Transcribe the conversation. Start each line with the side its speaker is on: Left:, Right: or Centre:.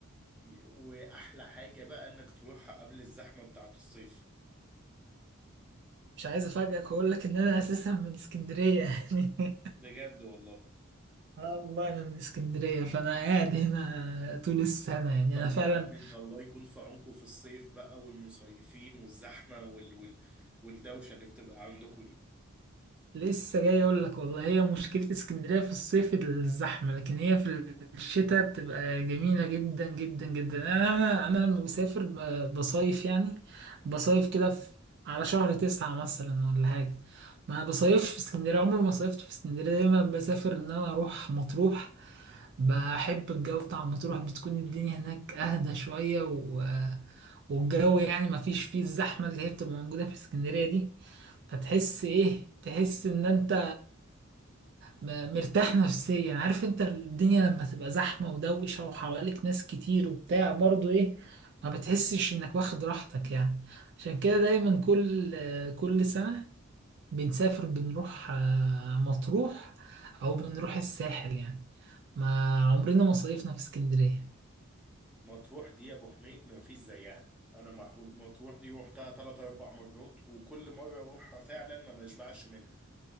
Centre: وأحلى حاجة بقى إنك تروحها قبل الزحمة بتاعة الصيف
Right: مش عايز افاجئك واقول لك ان انا <laughs> اساسا من اسكندرية يعني <laughs>
Centre: بجد والله
Right: اه والله انا من اسكندرية فانا قاعد هنا طول السنة يعني
Centre: طب
Right: انا فعلا
Centre: يا عم انت الله يكون في عونكم في الصيف بقى والمصيفين والزحمة وال... وال... والدوشة اللي بتبقى عندكم دي
Right: لسه جاي اقول لك والله هي مشكلة اسكندرية في الصيف الزحمة لكن هي في الشتاء بتبقى جميلة جدا جدا جدا انا انا انا لما بسافر ب- بصيف يعني بصيف كده في على شهر تسعة مثلا ولا حاجة ما بصيفش في اسكندرية عمري ما صيفت في اسكندرية دايما بسافر ان انا اروح مطروح بحب الجو بتاع مطروح بتكون الدنيا هناك اهدى شوية و... والجو يعني ما فيش فيه الزحمة اللي هي بتبقى موجودة في اسكندرية دي فتحس ايه تحس ان انت م- مرتاح نفسيا عارف انت الدنيا لما تبقى زحمة ودوشة وحواليك ناس كتير وبتاع برضو ايه ما بتحسش انك واخد راحتك يعني عشان كده دايما كل كل سنة بنسافر بنروح آه، مطروح او بنروح الساحل يعني ما عمرنا ما صيفنا في اسكندرية
Centre: مطروح دي يا ابو حميد ما فيش زيها انا مح- مطروح دي روحتها تلات اربع مرات وكل مرة اروحها فعلا ما بشبعش منها